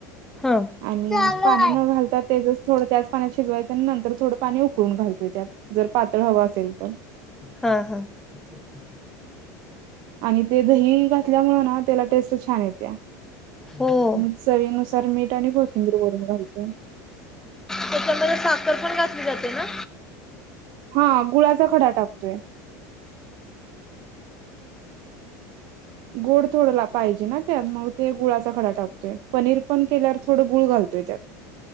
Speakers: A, in the centre; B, on the right (about 50°).
A: हा
B: आणि
A: चालू
B: पाणी
A: आहे.
B: न घालता ते जस थोडं त्याच पाण्यात शिजवायं आणि नंतर थोडं पाणी उकळून घालोतोय त्यात. जर पातळ हवा असेल तर.
A: हा हा. ह <inaudible>
B: आणि ते दही घातल्यामुळ ना त्याला टेस्ट छान येत्या.
A: हो.
B: मग चवीनुसार मीठ आणि कोथिंबीर वरून घालतोय.
A: त्या त्यामध्ये साखर पण घात ली जाते ना.
B: हा गुळाचा खडा टाकतोय. गोड थोड ला पाहिजे ना त्यात मग ते गुळाचा खडा टाकतोय पनीर पण केल्यावर थोडं गुळ घालतोय त्यात. <inaudible>